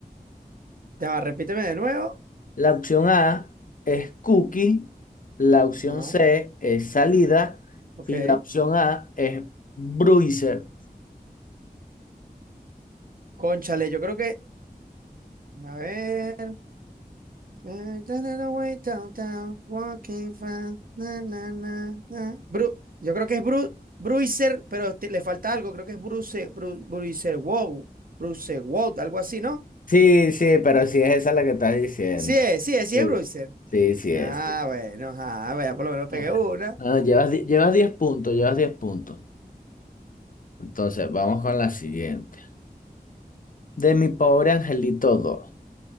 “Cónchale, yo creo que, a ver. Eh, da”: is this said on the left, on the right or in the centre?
Right